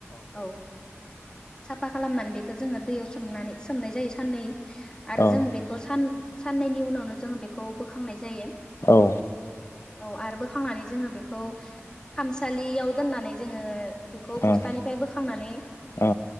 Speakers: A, on the left (about 20°); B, on the left (about 65°).
A: औ साफा खालामनानै बेखौ जोङो दैयाव सोमनानै सोमनाय जायो साननै
B: औ
A: आरो जों बेखौ सान साननैनि उनावनो जोङो बेखौ बोखांनाय जायो।
B: औ
A: औ आरो बोखांनानै जोङो बेखौ खामसालियाव दोननानै जोङो बेखौ
B: उम
A: बस्थानिफ्राय
B: उम
A: बोखांनानै
B: औ